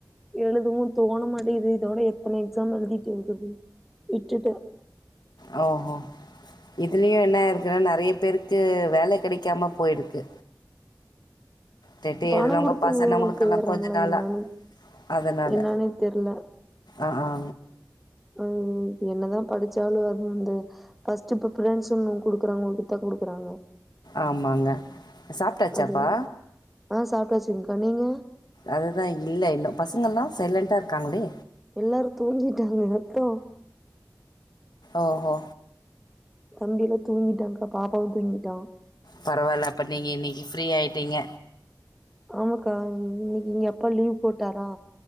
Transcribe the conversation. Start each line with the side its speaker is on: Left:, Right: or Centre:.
Centre: எழுதுவும் தோண மாட்டேகுது இதோட எத்தன எக்ஸாம் எழுதிட்டு இருக்குது விட்டுட்டன்
Left: அ ஹோ இதுலயும் என்ன இருக்குன்னா நறைய பேருக்கு வேல கெடைக்காம போயிருக்கு தெட்டி
Centre: பணோ
Left: எடுரவொங்க
Centre: குடுத்து
Left: பசங்க உங்களுக்கெல்லாம்
Centre: போயறாங்களா
Left: கொஞ்ச நாளா
Centre: என்னன்னு
Left: அதனால
Centre: என்னன்னே தெர்ல
Left: ஆஹ ஆ
Centre: ம் ம் என்னதா படிச்சாலும் அது வந்து ஃபர்ஸ்ட் பிரிபரன்ஸ் இன்னு குடுக்குறவங்களுக்கு தா குடுக்குறாங்க
Left: ஆமாங்க சாப்ட்டாச்சாப்பா
Centre: அது ஆ சாப்பிட்டாச்சுங்க்கா நீங்க
Left: அதுதா இல்ல இன்னு பசங்கல்லா சைலண்ட்டா இருக்காங்களே
Centre: எல்லாரு தூங்கிட்டாங்க மொத்தோ
Left: ஓஹோ
Centre: தம்பிலா தூங்கிட்டாங்க்கா பாப்பாவும் தூங்கிட்டான்
Left: பரவால்ல அப்ப நீங்க இன்னைக்கி ஃப்ரீயா ஆயிட்டீங்க
Centre: ஆமாக்கா இன்னைக்கு ஏன் அப்பா லீவ் போட்டாரா